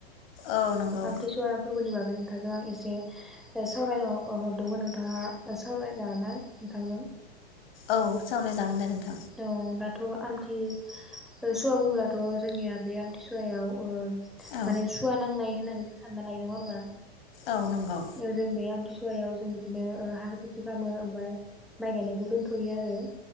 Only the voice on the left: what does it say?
औ नंगौ
औ सावराय जागोन दे नोंथां
औ
औ नंगौ